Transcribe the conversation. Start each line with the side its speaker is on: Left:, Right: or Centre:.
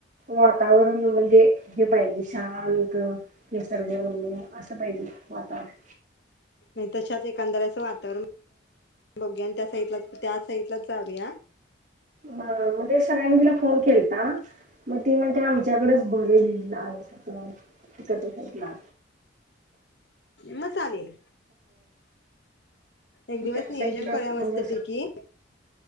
Right: वातावरण म्हणजे हे पाहिजे शांत निसर्गरम्य असं पाहिजे वातावरण
Left: नाही तशाच एकांंदराचं वाट तर बघूया त्या साईला त्या साइडलाच जाऊया.
Right: ह मध्ये सगळ्यांनी तिला फोन केलता मग ती म्हण ते आमच्याकडेच बरे ल अस त तू ना
Left: मग चालेल, एक दिवस
Right: त्या साईडलाच
Left: नियोजन करुया
Right: म्हणजे
Left: मस्तपैकी